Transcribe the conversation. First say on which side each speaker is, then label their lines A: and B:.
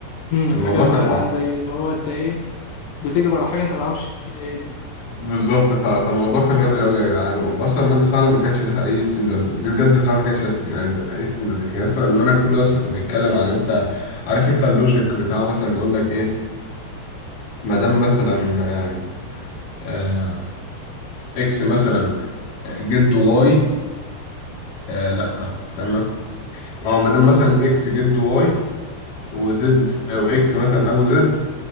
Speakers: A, on the left (about 80°); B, on the left (about 50°).
A: امم
B: الموضوع
A: حاجة ما
B: كان عق
A: زي اللي هو انت ايه بتجري ورا حاجة انت متعرفش هي ايه دي
B: بالظبط ف- فالموضوع كان غبي قوي يا جدعان واصلا الماده فعلا ما كانش لها اي ستين لازمه دي بجد فعلا ما كانش لها ستين يعني اي ستين لازمه كان اصلا ان انا كله اصلا كان بيتكلم عن انت عارف انت اللوجيك بتاع مثلا يقول لك ايه ما دام مثلا آه، آه، اكس مثلا جد واي آه لا استنى اه ما دام مثلا اكس جد واي وزد او اكس مثلا ابو زد